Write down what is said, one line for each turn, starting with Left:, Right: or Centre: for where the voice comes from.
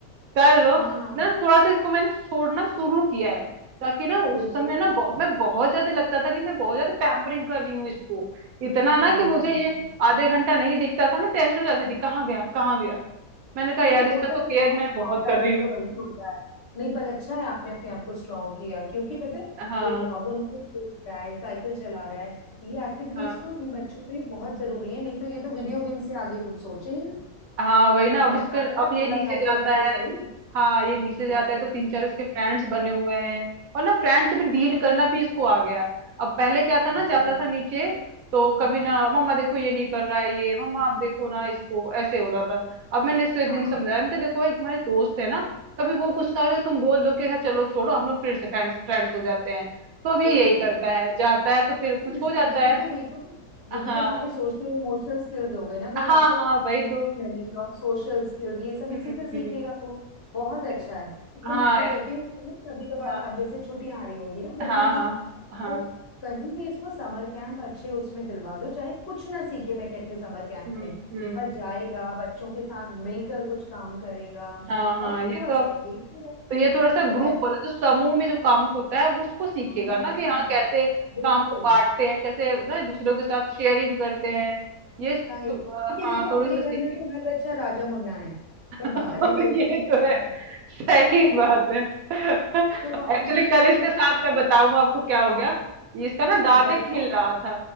Right: कर लो
Left: हाँ
Right: ना थोड़ा सा इसको मैंने छोड़ना शुरू किया है ताकि ना उस
Left: बिल्कुल
Right: समय ना
Left: बिल्कुल
Right: बहुत मैं बहुत ज्यादा लगता था कि मैं बहुत ज्यादा पैम्परिंग कर रही हूँ इसको इतना
Left: हम्म,
Right: ना कि मुझे ये आधे घंटा नहीं दिखता था ना टेंशन हो जाती थी कहाँ गया कहाँ गया मैंने कहा यार
Left: नहीं होता
Right: इसका
Left: ही
Right: तो केयर
Left: है ना
Right: मैं बहुत
Left: माँ का
Right: कर
Left: दिल
Right: रही हूँ
Left: तो वही होता है नहीं पर अच्छा है आपने अपने आप को स्ट्रांग किया क्योंकि पता है
Right: हाँ
Left: देखो अब वो नीचे कूद रहा है साइकिल चला रहा है ये एक्टिविटीज
Right: हाँ
Left: तो इन बच्चों के लिए बहुत जरूरी है नहीं तो ये तो वीडियो गेम से आगे कुछ सोचे ही ना
Right: हाँ वही ना
Left: तो और
Right: अब इसका
Left: आएगा
Right: अब ये
Left: थोड़ा
Right: नीचे
Left: थकेगा
Right: जाता
Left: तो सही
Right: है हाँ ये नीचे
Left: हाँ,
Right: जाता है तो तीन चार इसके फ्रेंड्स बने हुए हैं और ना फ्रेंड्स से भी डील करना भी इसको आ गया है अब पहले क्या था ना
Left: वही
Right: जाता था नीचे
Left: बिल्कुल
Right: तो
Left: हाँ
Right: कभी ना मम्मा देखो ये नहीं कर रहा है ये मम्मा आप देखो ना इसको ऐसे होता था अब मैंने इसको एक
Left: हाँ
Right: दिन समझाया मैंने कहा देखो भाई तुम्हारे दोस्त है ना कभी वो गुस्सा हो जाए तुम बोल दो कि अच्छा चलो छोड़ो हम लोग फिर से फ्रेंड्स फ्रेंड्स हो जाते हैं तो अब ये
Left: बिल्कुल
Right: यही करता
Left: ठीक
Right: है जाता है तो फिर कुछ
Left: इस-
Right: हो जाता
Left: ये भी
Right: है
Left: तो देखो ना
Right: हाँ
Left: ये भी तो हमारे सोशल इमोशनल स्किल्स हो गए ना भाई
Right: हाँ
Left: आपको
Right: हाँ वही
Left: इमोशनली
Right: तो
Left: और सोशल स्किल्स ये सब
Right: हम्म
Left: इसी से सीखेगा
Right: हम्म
Left: वो बहुत
Right: वही-
Left: अच्छा है इवन
Right: हाँ
Left: मैं तो कहती हूँ इसको ना कभी कभार
Right: हाँ
Left: आप जैसे छुट्टियां आ रही होंगी ना गर्मी
Right: हाँ
Left: की
Right: हाँ
Left: तो
Right: हाँ
Left: कहीं भी इसको समर कैंप अच्छे उसमें दिलवा दो चाहे कुछ ना सीखे मैं कहती हूँ समर कैंप
Right: हम्म
Left: में
Right: हम्म
Left: पर जाएगा बच्चों के साथ मिलकर कुछ काम करेगा
Right: हाँ हाँ
Left: और
Right: ये
Left: थोड़ा
Right: तो
Left: सा
Right: अब
Left: एंगेज भी रहेगा
Right: तो ये थोड़ा सा
Left: तो
Right: ग्रुप
Left: ऐसा
Right: वाला जो समूह में जो काम होता है वो उसको सीखेगा
Left: हाँ
Right: ना कि हाँ कैसे
Left: बिल्कुल
Right: काम को बांटते हैं कैसे ना दूसरों के साथ शेयरिंग करते हैं ये स-
Left: राइट क्योंकि
Right: हाँ
Left: देखो
Right: थोड़ी
Left: अपने
Right: सी
Left: घर
Right: सीख
Left: में तो हर बच्चा राजा मुन्ना है पर
Right: <laughs>
Left: बाहर निकल के
Right: ये
Left: भी तो
Right: तो
Left: सर्वाइवल
Right: है सही
Left: है ना
Right: बात है एक्चुअली
Left: तो हम तो यही
Right: कल
Left: कहते
Right: इसके साथ
Left: हैं आजकल
Right: मैं बताऊं आपको क्या हो
Left: हाँ
Right: गया ये इसका ना दांत
Left: बताओ
Right: एक
Left: बताओ
Right: हिल रहा था